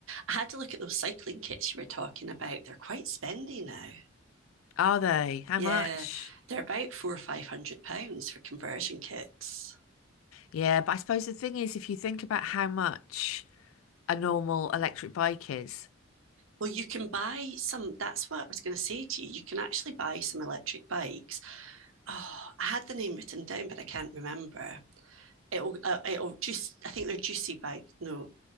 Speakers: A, on the right (about 80°); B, on the left (about 85°).
A: I had to look at those cycling kits you were talking about. They're quite spendy now.
B: Are they? How
A: Yeah.
B: much?
A: They're about four or five hundred pounds for conversion kits.
B: Yeah, but I suppose the thing is, if you think about how much a normal electric bike is,
A: Well, you can buy some. That's what I was going to say to you. You can actually buy some electric bikes. Oh, I had the name written down, but I can't remember. It'll, uh, it'll just. I think they're juicy bike. No,